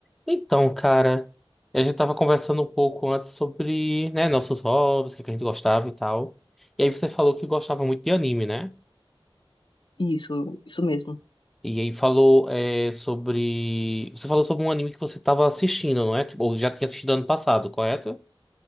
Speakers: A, in the centre; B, on the left.
A: Então, cara, a gente tava conversando um pouco antes sobre, né, nossos hobbies, o que é que a gente gostava e tal. E aí você falou que gostava muito de anime, né?
B: Isso, isso mesmo,
A: E aí falou é, sobre. Você falou sobre um anime que você tava assistindo, não é? Tipo, ou já tinha assistido ano passado, correto?